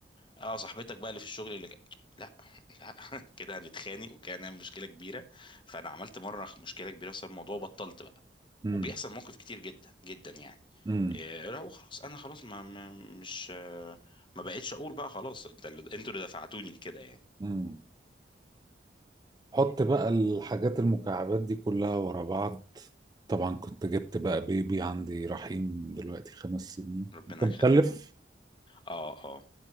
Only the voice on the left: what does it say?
اه صاحبتك بقى اللي في الشغل اللي ك- لا لا <laughs> كده هنتخانق وكان هنعمل مشكله كبيره فانا عملت مره مشكله كبيره بسبب الموضوع وبطلت بقى
وبيحصل موقف كتير جدا جدا يعني
إيه لا وخلاص انا خلاص ما ما- مش آه، ما بقتش اقول بقى خلاص انت اللي انتوا اللي دفعتوني لكده يعني
ربنا
يخليه اه اه